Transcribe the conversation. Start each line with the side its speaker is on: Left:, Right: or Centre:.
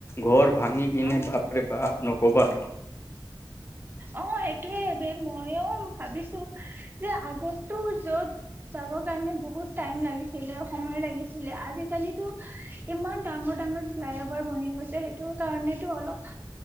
Left: ঘৰ ভাঙি কিনে
Right: অ
Left: বাপৰে বাপ নকবা আৰু
Right: অ সেইটোয়ে মইও ভাবিছো যে আগতো য'ত যাব কাৰণে বহুত টাইম লাগিছিলে সময় লাগিছিলে আজিকালি ইমান ডাঙৰ ডাঙৰ ফ্লাই অভাৰ বনি গৈছে সেইটো কাৰণেতো অলপ